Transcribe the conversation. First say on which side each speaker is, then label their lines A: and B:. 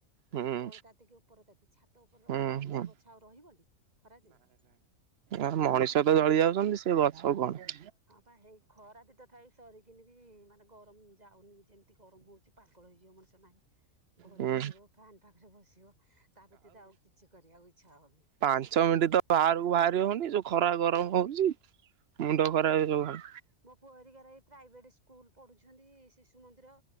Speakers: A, on the right; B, on the right.
A: ମାନେ
B: ହୁଁ
A: ତଳେ ତାତିକି ଉପର ତାତି ଛାତ ଉପରେ ରଖିଲା
B: ହୁଁ
A: ବେଳକୁ
B: ହୁଁ
A: ସେ ଗଛ ଆଉ ରହିବଟି ଖରାଦିନ
B: ଆ ମଣିଷ ତ ଜଳି ଯାଉଛନ୍ତି ସେ ଗଛ କଣ
A: ହଁ ପା ହେଇ ଖରା ବି ତଥାପି ସରିକିନି ବି ମାନେ ଗରମ ଯାଉନି ଯେମିତି ଗରମ ହଉଛି ପା ପାଗଳ ହେଇଯିବ ମଣିଷ ନାହିଁ ଘରେ
B: ହୁଁ
A: ବସିବ ଫ୍ୟାନ ପାଖରେ ବସିବ ତା ବ୍ୟତୀତ ଆଉ କିଛି କରିବାକୁ ଇଚ୍ଛା ହଉନି
B: ପାଞ୍ଚ ମିନିଟ ତ ବାହାରକୁ ବାହାରି ହଉନି ଯୋଉ ଖରା ଗରମ ହଉଛି ମୁଣ୍ଡ
A: ହଁ ପା ଏ
B: ଖରାପ
A: ମୋ
B: ହେଇଯିବ
A: ପୁଅ ମୋ ପୁଅ ହେରିକାର ଏଇ ପ୍ରାଇଭେଟ୍ ସ୍କୁଲ ପଢ଼ୁଛନ୍ତି ଶିଶୁ ମନ୍ଦିର